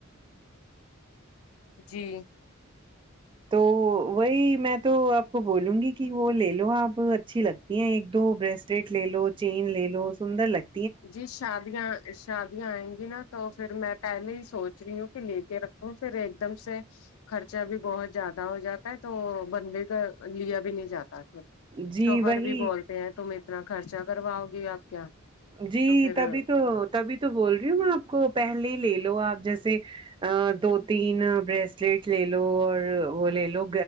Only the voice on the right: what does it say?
تو وہی میں تو آپ کو بولوں گی کہ وہ لے لو آپ اچھی لگتی ہیں ایک دو بریسٹیٹ لے لو چین لے لو سندر لگتا
جی
وہی
جی
تبھی تو تبھی تو بول رہی ہوں میں آپ کو پہلے ہی لے لو آپ جیسے دو تین بریسلٹ لے لو اور وہ لے لو